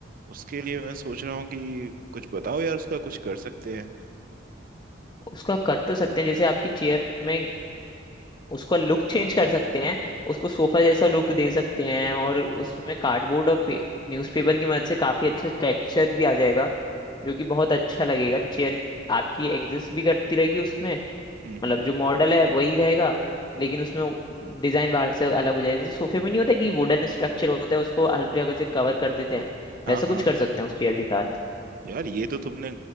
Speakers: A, on the right; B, on the left.
A: उसके लिए मैं सोच रहा हूँ कि कुछ बताओ यार उसका कुछ कर सकते हैं
B: उसका कर तो सकते हैं जैसे आपकी चेयर में उसका लुक चेंज कर सकते हैं उसको सोफा जैसा लुक दे सकते हैं और उसमें कार्डबोर्ड और न्यूज़पेपर की मदद से काफी अच्छा टेक्सचर भी आ जाएगा जो कि बहुत अच्छा लगेगा चेयर आपकी एग्जिस्ट भी करती रहेगी उसमें मतलब
A: हम्म हम्म
B: जो मॉडल है वही रहेगा लेकिन उसमें डिजाइन बाहर से अलग हो जाएगा जैसे सोफे में नहीं होता कि वुडन स्ट्रक्चर होता है उसको हर जगह से कवर कर देते हैं
A: हाँ
B: वैसा
A: हाँ
B: कुछ कर सकते हैं उस चेयर के साथ
A: यार ये तो तुमने